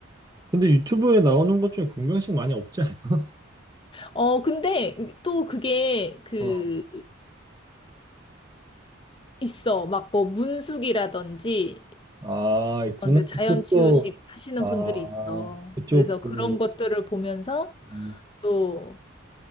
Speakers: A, on the right; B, on the left.
A: 근데 유튜브에 나오는 것 중에 건강식 많이 없지 않아?
B: 어, 근데 또 그게 그,
A: 어.
B: 있어. 막 뭐 문숙이라든지
A: 아, 있구나.
B: 언제
A: 그것도,
B: 자연 치유식 하시는
A: 아,
B: 분들이 있어.
A: 그쪽,
B: 그래서 그런
A: 그,
B: 것들을 보면서
A: 음.
B: 또